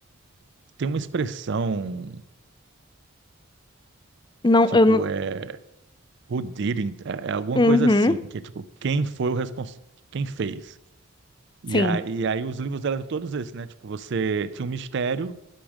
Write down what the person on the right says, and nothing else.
Tem uma expressão,
tipo,
é who did it, é é alguma
coisa assim, que é tipo, quem foi o responsável, quem fez. E
aí, e aí os livros eram todos esses, né? Tipo, você tinha um mistério.